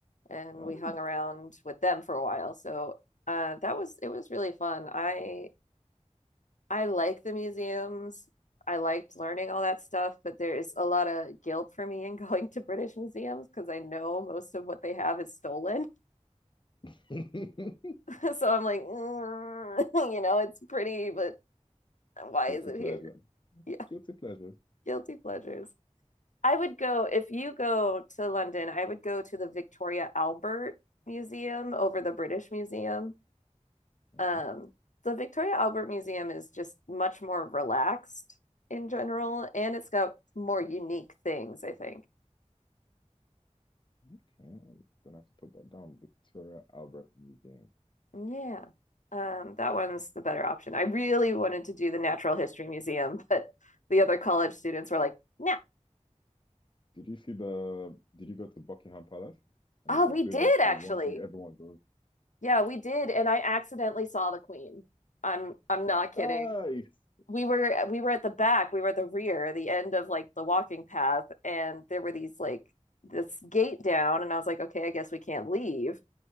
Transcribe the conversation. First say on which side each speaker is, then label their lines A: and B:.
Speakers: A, on the left; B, on the left.
A: and
B: Nice.
A: we hung around with them for a while. So uh, that was it was really fun. I I like the museums. I liked learning all that stuff, but there is a lot of guilt for me in <laughs> going to British museums because I know most of what they have is stolen.
B: <laughs>
A: <laughs> so I'm like, mm, <laughs> you know, it's pretty, but why
B: Guilty
A: is it
B: pleasure.
A: here? Yeah,
B: Guilty pleasure.
A: guilty pleasures. I would go, if you go to London, I would go to the Victoria Albert Museum over the British Museum.
B: Mhm.
A: Um, the Victoria Albert Museum is just much more relaxed in general, and it's got more unique things, I think.
B: Okay, I'm gonna have to put that down. Victoria Albert Museum.
A: Yeah, um, that one's the better option. I really wanted to do the Natural History Museum, <laughs> but the other college students were like, "No, nah.
B: Did you see the? Did you go to Buckingham Palace? I
A: oh,
B: mean,
A: we
B: I feel
A: did
B: that's
A: actually.
B: the one thing everyone does.
A: Yeah, we did." And I accidentally saw the Queen. I'm I'm not kidding.
B: Nice.
A: we were we were at the back, we were at the rear, the end of like the walking path, and there were these like this gate down, and I was like, okay, I guess we can't leave.